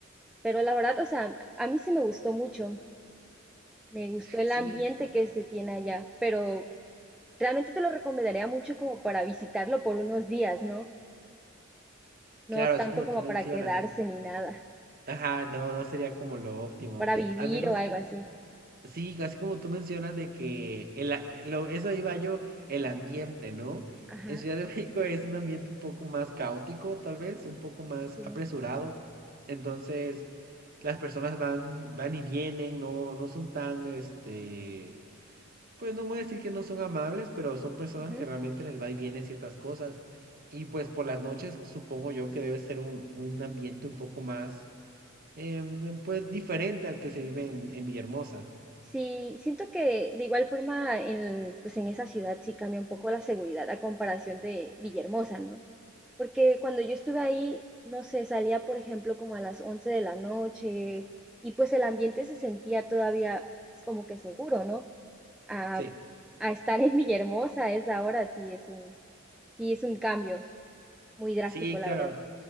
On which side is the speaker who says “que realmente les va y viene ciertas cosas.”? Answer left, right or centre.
Right